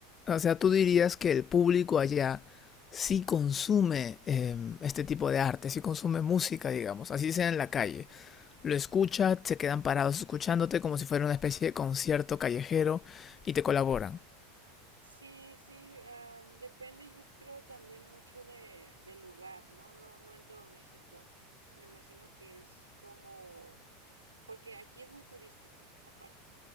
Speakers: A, on the left; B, on the right.
A: o sea, tú dirías que el público allá sí consume em, este tipo de arte, sí consume música, digamos, así sea en la calle. Lo escucha, se quedan parados escuchándote como si fuera una especie de concierto callejero y te colaboran.
B: Sí, sí, am, depende yo creo también mucho de, del lugar, ¿no? No, no en todo México. Me imagino que es como, porque aquí es muy turístico, aparte.